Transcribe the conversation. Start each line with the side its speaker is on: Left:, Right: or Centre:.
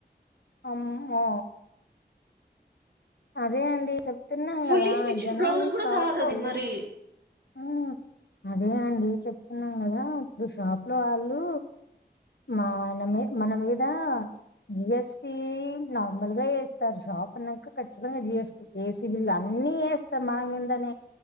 Left: అమ్మో అదే అండి చెప్తున్నాం కదా
Right: ఫుల్లీ స్టిచ్డ్
Left: జనాలు
Right: బ్లౌజ్ కూడా
Left: షాప్
Right: కాదు
Left: లోళు
Right: అది మరి
Left: ఊ అదే అండి చెప్తున్నాం కదా ఇప్పుడు షాప్ లో వాళ్ళు మావాళ్ళమే మన మీదా జిఎస్టి నార్మల్గా వేస్తారు షాప్ అన్నాక ఖచ్చితంగా జిఎస్టి ఏసీ బిల్లు అన్ని అన్నీ ఏస్తారు మా మీందనే